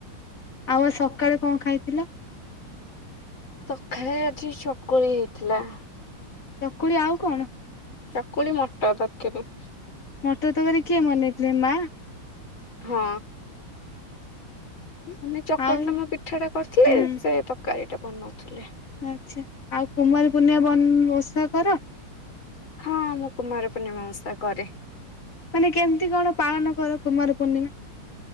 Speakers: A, on the left; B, on the left.
A: ଆଉ ସକାଳେ କଣ ଖାଇଥିଲ?
B: ସଖାଳେ ଆଜି ଚକୁଳି ହେଇଥିଲା।
A: ଚକୁଳି ଆଉ କଣ?
B: ଚାକୁଳି ମଟର ତରକାରୀ।
A: ମଟର ତରକାରୀ କିଏ ବନେଇଥିଲେ ମା?
B: ହଁ ମାନେ ଚକୁଳି
A: ଆଉ
B: ଟା ମୁଁ ପିଠା ଟା କରିଥିଲି
A: ହୁଁ
B: ସେ ତ କାରୀଟା ବନଉଥିଲେ।
A: ଆଚ୍ଛା ଆଉ କୁମାରୀ ପୂର୍ଣ୍ଣିମା ବନ୍ ଓଷା କର।
B: ହଁ ମୁଁ କୁମାର ପୂର୍ଣ୍ଣିମା ଓଷା କରେ।
A: ମାନେ କେମିତି କଣ ପାଳନ କର କୁମାର ପୂର୍ଣ୍ଣିମା?